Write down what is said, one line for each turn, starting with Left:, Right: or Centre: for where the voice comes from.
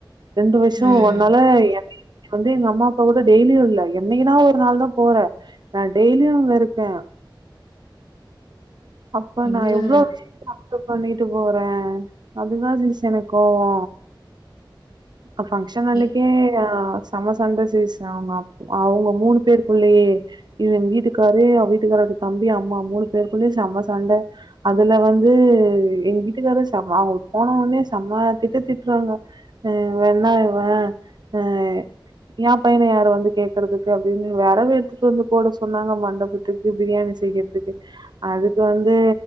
Right: ரெண்டு வருஷ
Left: ம்
Right: ஒன்னால என்னைய வந்து எங்க அம்மா அப்பா கூட டெய்லியு இல்ல என்னைக்குனா ஒரு நாள் தா போற நான் டெய்லியு இங்க இருக்கே அப்ப
Left: இதுல
Right: நா எவ்வளவு விஷயத்த அக்சப்ட் பண்ணிட்டு போறே அதுதா சிஸ் எனக்கு கோவோ அ ஃபங்ஷன் அன்னைக்கே
Left: எ-
Right: அ செம்ம சண்டை சிஸ் அவுங்க அவுங்க மூணு பேருக்குள்ளயே இது எங்க வீட்டுக்காரு எ வீட்டுக்காரோட தம்பி அம்மா மூணு பேருக்குள்ளயு செம்ம சண்ட அதுல வந்து எங்க விட்டுக்காரு செ அவுங்க போன உடனே செம்ம திட்டுதிட் றாங்க ஆ வேண்ண இவ ஆ எ பையன யாரு வந்து கேக்கறதுக்கு அப்டின்னு வேறவு எடுத்துட்டு வந்து போட சொன்னாங்க மண்டபத்துக் கு பிரியாணி செய்யறதுக்கு அதுக்கு வந்து